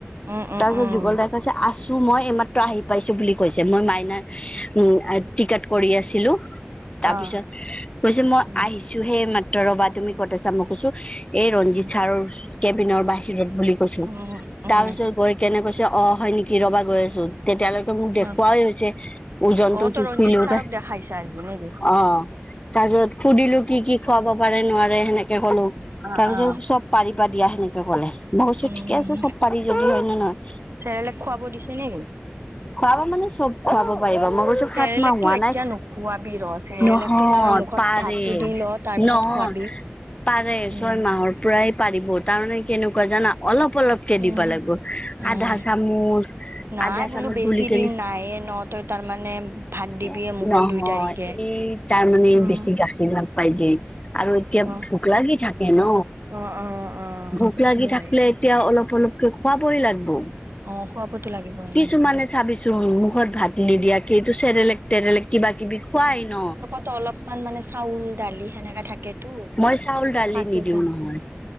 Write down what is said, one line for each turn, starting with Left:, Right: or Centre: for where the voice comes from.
Right: উম
Left: তাৰপিছত
Right: উম
Left: যুগল দাই কৈছে আছো মই এইমাত্ৰ আহি পাইছো বুলি কৈছে, মই মাইনা উম আ টিকট কৰি আছিলো। তাৰপিছত
Right: অ
Left: কৈছে মই
Right: উম
Left: আহি ছো হে মাত্ৰ ৰবা তুমি ক'ত আছা? মই কৈছো এই ৰঞ্জিত
Right: উম
Left: ছাৰৰ কেবিনৰ বাহিৰত বুলি কৈছো।
Right: উম
Left: তাৰ
Right: উম
Left: পিছত গৈ কেনে কৈছে অ, হয় নেকি ৰবা গৈ আছো, তেতিয়ালৈকে ত মোক দেখুৱাই
Right: অ
Left: হৈছে, ওজনটো
Right: অ তই
Left: জুখি
Right: ৰঞ্জিত
Left: লওতে,
Right: ছাৰক দেখাইছা আজি নেকি
Left: অ'। তাৰ পিছত সুধিলো কি কি খুৱাব পাৰে নোৱাৰে সেনেকে কলো,
Right: অ
Left: তাৰ
Right: অ
Left: পিছত চব পাৰিবা দিয়া সেনেকে ক'লে, মই কৈছো
Right: উম,
Left: ঠিকে আছে চব পাৰি যদি হয় নে নহয়?
Right: চেৰেলেক খুৱাব দিছে নেকি?
Left: খোৱাব মানে চব খুৱাব পাৰিবা, মই কৈছো
Right: চেৰেলেকটো
Left: সাত মাহ হোৱা
Right: এতিয়া
Left: নাই।
Right: নোখোৱাবি ৰ' চেৰেলেকটো
Left: নহয়
Right: তাৰমানে
Left: তা
Right: মুখত
Left: পাৰে,
Right: ভাতটো দি ল' তাৰ পিছত
Left: নহয়
Right: খোৱাবি।
Left: পাৰে
Right: উম,
Left: ছয় মাহৰ প্ৰায় পাৰিব তাৰমানে কেনেকুৱা জানা অলপ অলপ কে
Right: উম,
Left: দিবা লাগিব,
Right: উম।
Left: আধা চামুচ
Right: নাই
Left: -আধা
Right: বোলো
Left: চামুচ
Right: বেছি
Left: গুলি কেনি
Right: দিন নাইয়ে ন' তই তাৰমানে ভাত দিবিয়ে
Left: এ
Right: মুখত
Left: নহয়,
Right: দুই তাৰিখে।
Left: এই তাৰ মানে
Right: উম,
Left: বেছি গাখীৰ নাপাই যে। আৰু এতিয়া
Right: অ',
Left: ভোক লাগি থাকে ন,
Right: অ', অ', অ',
Left: ভোক
Right: সেইটোতো
Left: লাগি
Right: হয়।
Left: থাকিলে এতিয়া অলপ অলপকে খুৱাবই লাগব।
Right: অ', খুৱাবতো লাগিব উম।
Left: কিছুমানে চাবিচোন মুখত ভাত নিদিয়াকেইটো চেৰেলেক তেৰেলেক কিবা কিবি খুৱাই ন।
Right: ত', অলপমান মানে চাউল দালি সেনেকা থাকেতো।
Left: মই চাউল দালি
Right: থাকে
Left: নিদিওঁ
Right: চা
Left: নহয়।